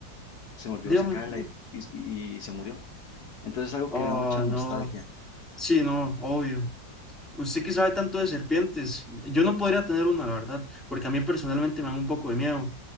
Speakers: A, on the left; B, in the centre.
A: se me olvidó
B: Dígame.
A: sacarla
B: perdón.
A: y, y- y se murió. Entonces es algo
B: Oh,
A: que me da mucha nostalgia.
B: no. Sí, no, obvio. Usted que sabe tanto de serpientes, yo no podría tener una, la verdad, porque a mí personalmente me da un poco de miedo.